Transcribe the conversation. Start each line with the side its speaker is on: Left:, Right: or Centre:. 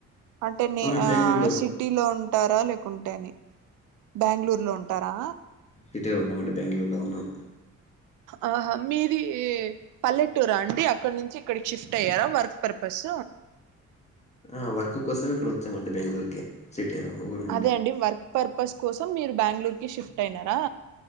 Right: అంటే నే
Left: మేము
Right: ఆ
Left: బెంగళూరులో
Right: సిటీలో ఉంటారా లేకుంటే అని బాంగుళూరులో ఉంటారా
Left: ఇటే ఉంటామండి బాంగళూరులో ఉన్నాం
Right: ఆహా మీది ఏ పల్లెటూరా అండి అక్కడినుంచి ఇక్కడికి షిఫ్ట్ అయ్యారా వర్క్ పర్పస్
Left: ఆ వర్క్ కోసం ఇక్కడ వచ్చామండి బెంగుళూరుకి సిటీ అవును
Right: అదే అండి వర్క్ పర్పస్ కోసం మీరు బాంగళూరుకి షిఫ్ట్ అయినరా